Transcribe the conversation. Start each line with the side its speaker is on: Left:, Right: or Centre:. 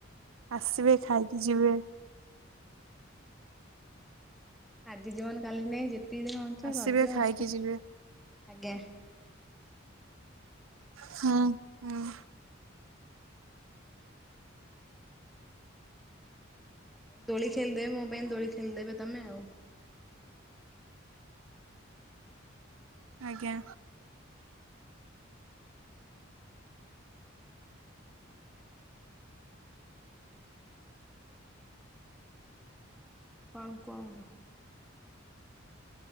Right: ଆସିବେ ଖାଇକି ଯିବେ।
Centre: ଆଜି ଜୀବନ କାଲି ନାଇଁ ଯେତେ। ଯେତିିକି ଦିନ ବଞ୍ଚିବା
Right: ଆସିବେ
Centre: ରଜ
Right: ଖାଇକି
Centre: ମସ୍ତି।
Right: ଯିବେ। ହଁ ହଁ
Centre: ଦୋଳି ଖେଳିଦେବେ ମୋ ପାଇଁ ଦୋଳି ଖେଳିଦେବେ ତମେ ଆଉ
Right: ଆଜ୍ଞା
Centre: ଆଉ କଣ କୁହନ୍ତୁ